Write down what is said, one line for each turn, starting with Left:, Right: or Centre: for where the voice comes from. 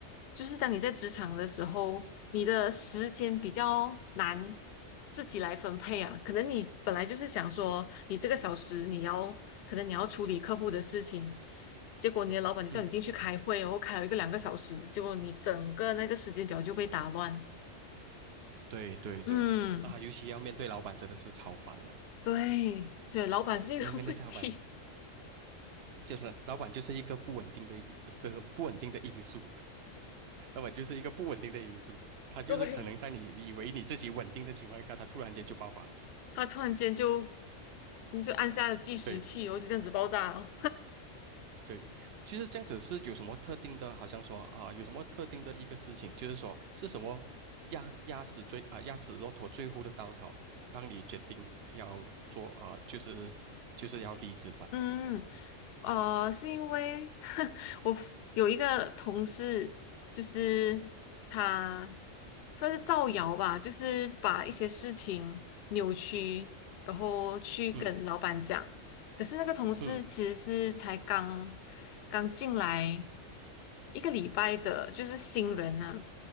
Left: 就是当你在职场的时候，你的时间比较难自己来分配啊。可能你本来就是想说，你这个小时你要，可能你要处理客户的事情，结果你的老板就叫你进去开会哦，
Right: 嗯，
Left: 然后开了一个两个小时，结果你整个那个时间表就被打乱。
Right: 对对对啊，
Left: 嗯，
Right: 尤其要面对老板，真的是超烦的。
Left: 对，对，老板是一个
Right: 那面对老板，
Left: <laughs> 问题，
Right: 就是老板就是一个不稳定的一个不稳定的因素。那么就是一个不稳定的因素，它就是可能在你以为你自己稳定的情况下，
Left: 对，
Right: 它突然间就爆发了。
Left: 他突然间就你就按下了计时器哦，
Right: 对
Left: 然后就这样子爆炸了。
Right: 对，其实这样子是有什么特定的，好像说啊、有什么特定的一个事情，就是说是什么压压死最啊、压死骆驼最后的稻草，让你决定要做啊、就是就是要离职吧。
Left: 嗯，呃，是因为 <laughs> 我有一个同事，就是他算是造谣吧，就是把一些事情扭曲，然后去跟老板讲。
Right: 嗯
Left: 可是那个同事其实是才刚
Right: 嗯
Left: 刚进来一个礼拜的，就是新人呐、